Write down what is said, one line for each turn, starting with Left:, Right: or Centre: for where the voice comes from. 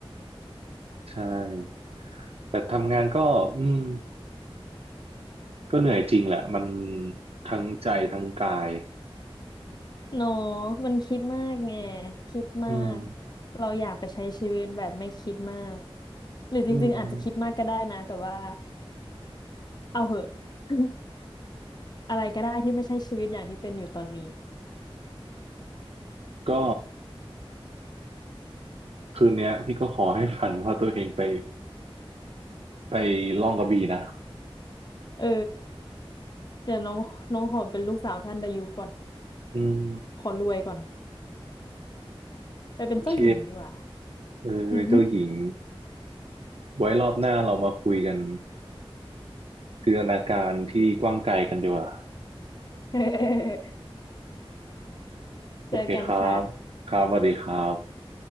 Right: ใช่แต่ทำงานก็อืมก็เหนื่อยจริงแหละมันทั้งใจทั้งกาย
Left: เนอะมันคิดมากไงคิดมาก
Right: อืม
Left: เราอยากไปใช้ชีวิตแบบไม่คิดมากหรือจริงๆอาจจะคิดมากก็ได้นะแต่ว่า
Right: อืม
Left: เอาเหอะ <laughs> อะไรก็ได้ที่ไม่ใช่ชีวิตอย่างที่เป็นอยู่ตอนนี้
Right: ก็คืนเนี้ยพี่ก็ขอให้ฝันว่าตัวเองไปไปล่องกระบี่นะ
Left: เออเดี๋ยวน้องน้องขอเป็นลูกสาวท่านดายุก่อน
Right: อืม
Left: ขอรวยก่อนไปเป็นเจ้าหญิงดีกว่า
Right: โอเค
Left: <laughs>
Right: เออเจ้าหญิง
Left: อืม
Right: ไว้รอบหน้าเรามาคุยกันจินตนาการที่กว้างไกลกันดีกว่า
Left: <laughs>
Right: โอเคครับครับสวัสดีครับ
Left: เจอกันค่ะ